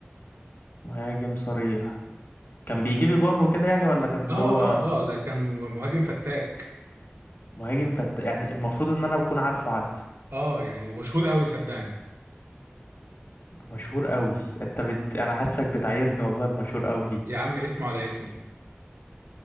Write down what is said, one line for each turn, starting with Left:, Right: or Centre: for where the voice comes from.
Left: مهاجم صريح كان بيجيب جون وكده يعني ولا كان اللي
Right: اه
Left: هو
Right: اه اه ده كان مهاجم فتاك
Left: مهاجم فت يعني المفروض ان انا بكون عارفه حد
Right: اه يعني ومشهور قوي صدقني
Left: مشهور قوي انت بت... انا حاسك بتعيرني والله بمشهور قوي دي
Right: يا عم اسمه على اسمي